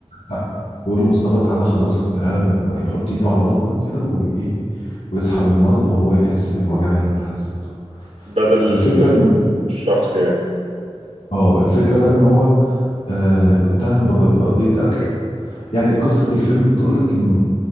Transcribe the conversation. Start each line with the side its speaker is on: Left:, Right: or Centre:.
Left: تع- يقول له مصطفى تعالى اخلصك من الالم اللي بقى يحط ايده على بطنك كده وايه ويسحب المرض وهو يحس بالوجع اللي انت حسيته
Right: بدل
Left: الفكره انه
Right: الشخص يعني
Left: اه الفكره بقى ان هو آه، اتهم بق- بقضيه قتل يعني قصه الفيلم بتقول لك انه